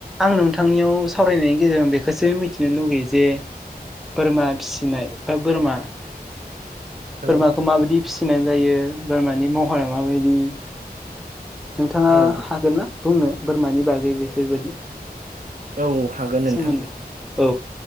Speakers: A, in the centre; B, on the right.
A: आं नोंथांनियाव सावरायनायनि गेजेरजों बेखौसो मिथिनो लुगैयो जे बोरमा फिसिनाय बा बोरमा बोरमाखौ
B: औ
A: माबायदि फिसिनाय जायो बोरमानि महरा माबायदि नोंथाङा
B: औ
A: हागोन ना बुंनो बोरमानि बागै बेफोरबायदि
B: औ हागोन नोंथां
A: सोमोन्दै औ